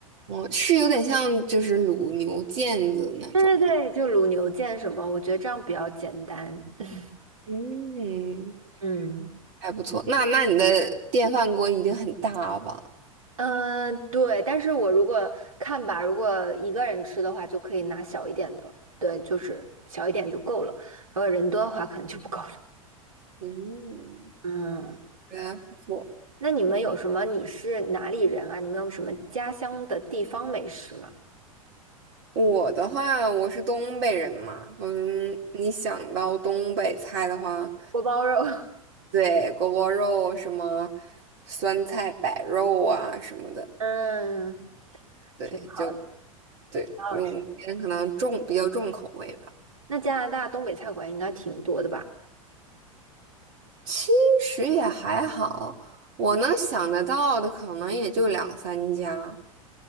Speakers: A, on the right; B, on the right.
A: 哦，是有点像就是卤牛腱子那种吗。
B: 对对对，就卤牛腱什么，我觉得这样比较简单。<laughs>
A: 嗯，
B: 嗯，
A: 还不错。那那你的电饭锅一定很大吧？
B: 嗯，呃对，但是我如果看吧，如果一个人吃的话，就可以拿小一点的，对，就是小一点就够了。如果人多的话，可能就不够了。
A: 嗯，
B: 嗯，
A: 对啊，不错。
B: 那你们有什么？你是哪里人啊？你们有什么家乡的地方美食吗？
A: 我的话，我是东北人嘛，嗯，你想到东北菜的话，
B: 锅包肉，<laughs>
A: 对，锅包肉什么酸菜白肉啊什么的，
B: 嗯，
A: 对，
B: 挺好，
A: 就
B: 的，
A: 对，
B: 挺好吃。
A: 因为我们这边可能重比较重口味吧。
B: 那加拿大东北菜馆应该挺多的吧？
A: 其实也还好，我能想得到的可能也就两三家。